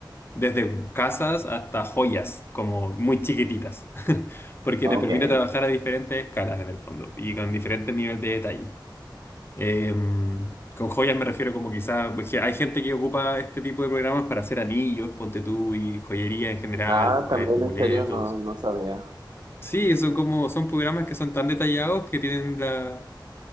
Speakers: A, on the left; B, on the right.
A: desde casas hasta joyas, como muy chiquititas, <laughs> porque
B: ok.
A: te permite trabajar a diferentes escalas en el fondo y con diferentes niveles de detalle. Eh, con joyas me refiero como quizá, pues, que hay gente que ocupa este tipo de programas para hacer anillos, ponte tú, y joyería en general,
B: Ah, también
A: eh, amuletos.
B: en serio no, no sabía.
A: Sí, son como, son programas que son tan detallados que tienen la,